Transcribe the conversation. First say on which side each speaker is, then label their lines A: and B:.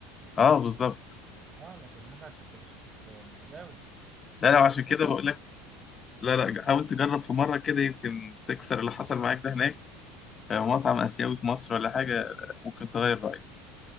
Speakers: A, on the left; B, on the right.
A: اه بالظبط
B: اه لكن انا كنت بشوف بلاوي
A: لا
B: بلاوي
A: لا عشان
B: سودا
A: كده
B: يعني
A: بقول لك لا لا حاول تجرب في مرة كده يمكن تكسر اللي حصل معاك ده هناك آه، مطعم آسيوي في مصر ولا حاجة آه، ممكن تغير رأيك